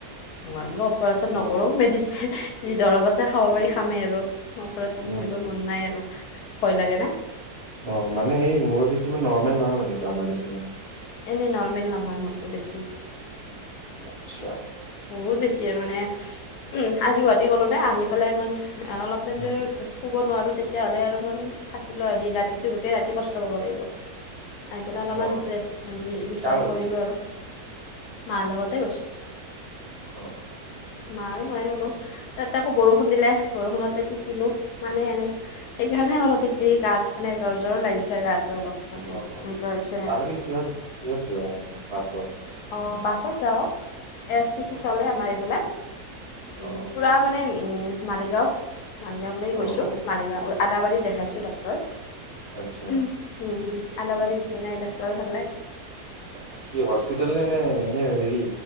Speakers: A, on the left; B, on the right.
A: মই বুলো অপাৰেচন নকৰোঁ
B: অ
A: মেডিচি যি দৰৱ আছে খাব পাৰি খামেই আৰু। অপাৰেচন
B: উম
A: কৰিব মন নাই আৰু, ভয় লাগে নে।
B: অ', মানে সেই মূৰ বিষটো মানে নৰ্মেল নহয় মানে এইটো আমাৰ নিচিনা?
A: এনে নৰ্মেল নহয় মোৰতো বেছি।
B: আচ্ছা।
A: বহুত বেছি আৰু মানে উম, আজি গুৱাহাটী গ'লো দে আহি পেলাই ইমান অলপ টাইম
B: উম
A: শুব নোৱাৰো তেতিয়াহ'লে আৰু মই থাকিলো আৰু দিন ৰাতিটো গোটেই ৰাতি কষ্ট পাব লাগিব। আহি পেলাই অলপমান
B: অ
A: <unintelligible> বিশ্ৰাম
B: কাৰ লগত
A: কৰিলো
B: গৈছিলা
A: আৰু, মাৰ লগতে গৈছো।
B: অ'।
A: মায়েও নোৱাৰে অলপ, ইয়াত আকৌ বৰষুণ দিলেহ বৰষুণতে তিত-তিলো, মানে এনেই সেইকাহুণেহে অলপ বেছি গাৰ্ত, মানে জ্বৰ-জ্বৰো লাগিছে গাটো অলপ। মানে
B: অ', অ',
A: এনেকুৱা হৈছে
B: তালকে কিহত, কিহত যোৱা, পাছত
A: অ', বাছত যাও। এছ টি চি
B: অ
A: চলে আমাৰ এইফালে, উম,
B: অ
A: পুৰা মানে য়্যওম মালিগাঁও মালিগাঁওক লেকি
B: অ
A: গৈছো,
B: অ অ
A: মালিগাঁও উই আদাবাৰী দেখাইছো ডক্টৰ,
B: আচ্ছা
A: <unintelligible> উম, আদাবাৰীৰ ন্যাই ডক্টৰ ভালনে?
B: অ-অ কি হস্পিতেল নে-নে এনে হেৰি